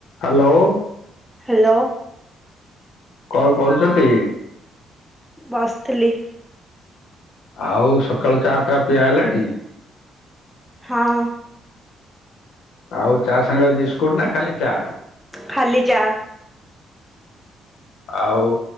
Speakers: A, on the left; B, in the centre.
A: Hello.
B: Hello.
A: କଣ କରୁଚନ୍ତି?
B: ବସଥିଲି।
A: ଆଉ ସକାଳ ଚା ଫାଆ ପିଇଆ ହେଲାଣି?
B: ହଁ।
A: ଆଉ ଚା ସାଙ୍ଗରେ ବିସ୍କୁଟ ନା ଖାଲି ଚା?
B: ଖାଲି ଚା।
A: ଆଉ